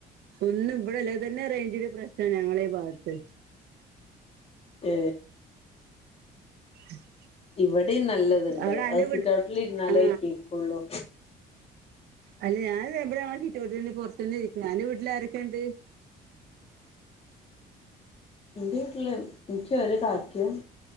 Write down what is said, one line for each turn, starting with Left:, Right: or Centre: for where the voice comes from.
Right: ഒന്നും ഇവിടെ അല്ലെതെ തന്നെ റേഞ്ചിന് പ്രശ്ന ഞങ്ങള ഈ ഭാഗത്ത്
Left: ഏ
Right: <inaudible>
Left: ഇവിടെയും നല്ലത്ണ്ട്
Right: അവിടെ അന്റെ
Left: അത്
Right: വീട്
Left: സിറ്റൗട്ടിലിരന്നാല്
Right: ആ
Left: കേക്കുള്ളൂ
Right: അല്ല ഞാൻത് എവിടെയൊൻ സിറ്റൗട്ടില് പോസ്റ്റല്ല ക്ക് ഞാൻ വീട്ടിൽ ആരൊക്കെയെ ഉണ്ട്
Left: എന്റെ വീട്ടില് എൻക്ക് ഒരു കാക്കയും